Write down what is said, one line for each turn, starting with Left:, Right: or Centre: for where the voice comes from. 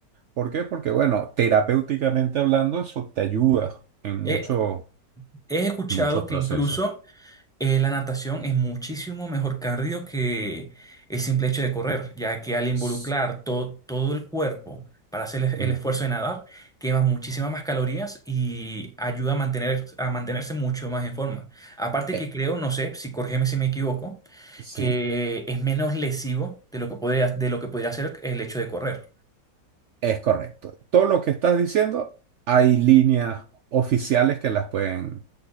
Right: ¿Por qué? Porque, bueno, terapéuticamente hablando, eso te ayuda en
Centre: He,
Right: muchos
Centre: he escuchado
Right: muchos
Centre: que
Right: procesos.
Centre: incluso Eh, la natación es muchísimo mejor cardio que el simple hecho de correr, ya que al involucrar
Right: S-
Centre: to- todo el cuerpo para hacer el,
Right: ujú.
Centre: el esfuerzo de nadar, quemas muchísimas más calorías y ayuda a mantener, a mantenerse mucho más en forma. Aparte
Right: Eh,
Centre: que creo, no sé, si corrígeme si me equivoco,
Right: sí,
Centre: que es menos lesivo de lo que podría, de lo que podría ser el hecho de correr.
Right: es correcto. Todo lo que estás diciendo, hay líneas oficiales que las pueden,